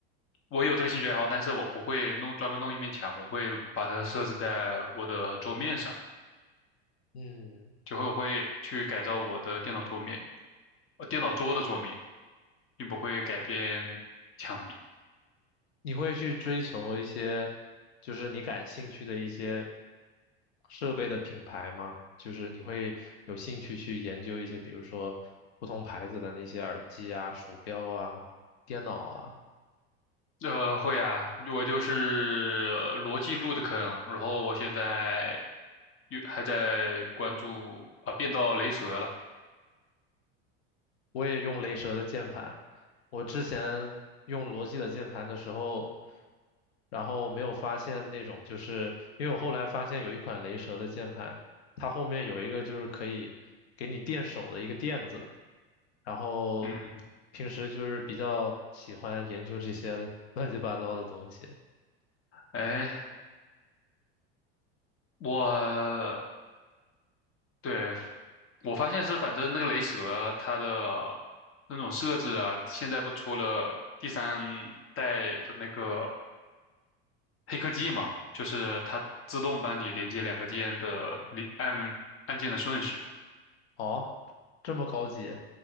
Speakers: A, on the left (about 45°); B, on the left (about 90°).
A: 我有这个兴趣爱好，但是我不会弄专门弄一面墙，我会把它设置在我的桌面上，
B: 嗯。
A: 就会我会去改造我的电脑桌面，呃，电脑桌的桌面，并不会改变墙壁。
B: 你会去追求一些，就是你感兴趣的一些设备的品牌吗？就是你会有兴趣去研究一些，比如说不同牌子的那些耳机啊、鼠标啊、电脑啊。
A: 呃，会啊，我就是呃逻辑路的坑，然后我现在又还在关注啊，变到雷蛇了。
B: 我也用雷蛇的键盘。我之前用罗技的键盘的时候，然后没有发现那种，就是因为我后来发现有一款雷蛇的键盘，它后面有一个就是可以给你垫手的一个垫子。然后
A: 嗯，
B: 平时就是比较喜欢研究这些乱七八糟的东西。
A: 哎，我对我发现是，反正那个雷蛇它的那种设置啊，现在不出了第三代的那个黑科技嘛，就是它自动帮你连接两个键的连按按键的顺序啊，
B: 哦，这么高级，